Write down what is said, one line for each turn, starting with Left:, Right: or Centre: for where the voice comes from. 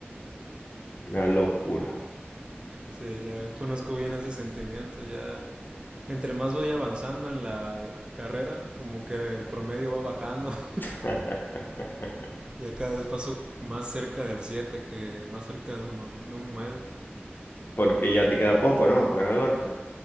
Left: Una locura.
Right: Sí, ya conozco bien ese sentimiento, ya... Entre más voy avanzando en la carrera, como que el promedio va bajando. <laughs>
Left: <laughs>
Right: Ya cada vez paso más cerca del 7 que más cerca de un, de un 9.
Left: Porque ya te queda poco, ¿no? Para graduarte.